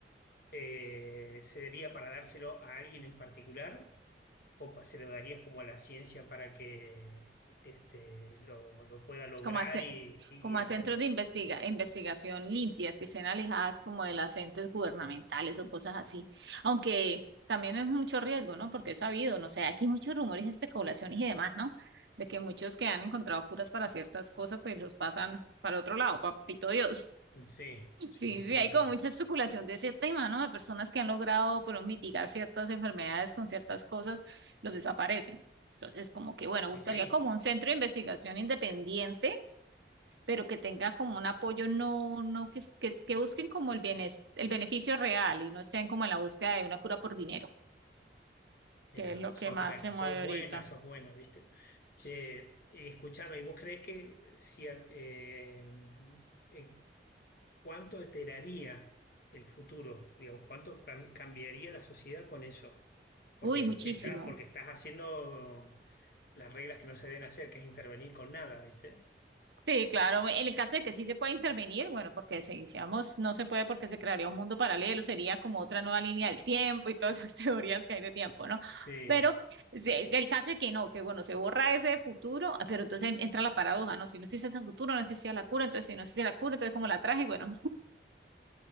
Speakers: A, on the left; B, on the right.
A: eh, sería para dárselo a alguien en particular o pa- se lo darías como a la ciencia para que este, lo, lo pueda lograr
B: es como, hace,
A: y, y
B: como
A: hacer?
B: a centros de investiga, investigación limpias, que estén alejadas como de las entes gubernamentales o cosas así, aunque también es mucho riesgo, ¿no? Porque es sabido, no sé, aquí muchos rumores, especulaciones y demás, ¿no? De que muchos que han encontrado curas para ciertas cosas, pues los pasan para otro lado, papito Dios.
A: Sí, sí,
B: Sí,
A: sí, sí,
B: sí, hay
A: sí.
B: como mucha especulación de ese tema, ¿no? De personas que han logrado, pero mitigar ciertas enfermedades con ciertas cosas, los desaparecen. Entonces, como que,
A: Sí,
B: bueno, buscaría
A: sí,
B: como un centro de investigación independiente, pero que tenga como un apoyo, no, no, que, s- que, que busquen como el bienes- el beneficio real y no estén como en la búsqueda de una cura por dinero,
A: mira,
B: que es lo
A: sos
B: que más
A: buena,
B: se
A: sos
B: mueve
A: buena,
B: ahorita.
A: sos buena, ¿viste? Che, y escúchame, ¿y vos crees que si, a- eh, en- ¿Cuánto alteraría el futuro? Digamos, ¿cuánto cam- cambiaría la sociedad con eso? Porque
B: Uy, muchísimo.
A: está, porque estás haciendo las reglas que no se deben hacer, que es intervenir con nada, ¿viste?
B: Sí, claro. En el caso de que sí se pueda intervenir, bueno, porque si decíamos no se puede porque se crearía un mundo paralelo, sería como otra nueva línea del tiempo y todas esas <laughs> teorías que hay de tiempo, ¿no?
A: Sí.
B: Pero sí, el caso de que no, que bueno, se borra ese futuro, pero entonces entra la paradoja, ¿no? Si no existe ese futuro, no existía la cura, entonces si no existe la cura, entonces como la traje? Y bueno,